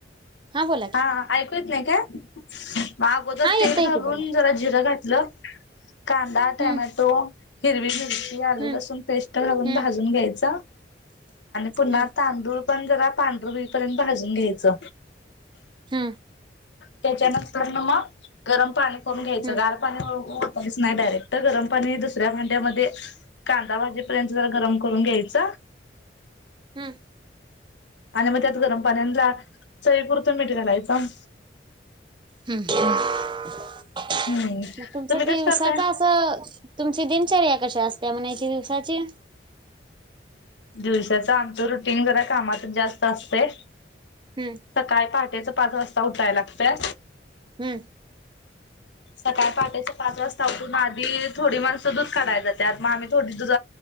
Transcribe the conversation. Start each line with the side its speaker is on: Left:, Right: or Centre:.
Right: बोला
Left: हा.
Right: की
Left: ऐकू येत नाही काय? मग अगोदर
Right: हा
Left: तेल
Right: येतय
Left: घालून
Right: की बोला
Left: जरा जिर घातलं, कां दा, टोमॅटो,
Right: हम्म
Left: हिरवी मिरची, आलं,
Right: हम्म
Left: लसून पेस्ट घालून
Right: हम्म
Left: भाजून घ्यायच. पुन्हा
Right: हम्म
Left: तांदूळ पण जरा पांढर होई पर्यंत भाजून घ्यायचं.
Right: हम्म
Left: त्याच्यानंतर न मग गरम पाणी करून घ्यायच
Right: हम्म
Left: गार पाणी वतायचं नाही डायरेक्ट तर गरम पाणी दुसऱ्या भांड्यांमध्ये कांदा भाजीपर्यंत जरा गरम करून घ्यायच
Right: हम्म.
Left: आणि मग त्यात गरम पाण्याला चई पुुरतं मीठ घालायचं.
Right: हम्म हम्म
Left: हम्म
Right: मग तुमच
Left: तुम्ही कस
Right: दिवसाच
Left: करताय?
Right: असं तुमची दिनचर्या कशी असतीया म्हणायची दिवसाची?
Left: दिवसाच आमचं रुटीन जरा कामातच जास्त असतय.
Right: हम्म.
Left: सकाळी पहाटेच पाच वाजता उठाय लागतय.
Right: हम्म.
Left: सकाळी पहाटेच्या पाच वाजता उठून आधी थोडी माणसं दूध काढाया जात्यात मग आम्ही थोडी दुध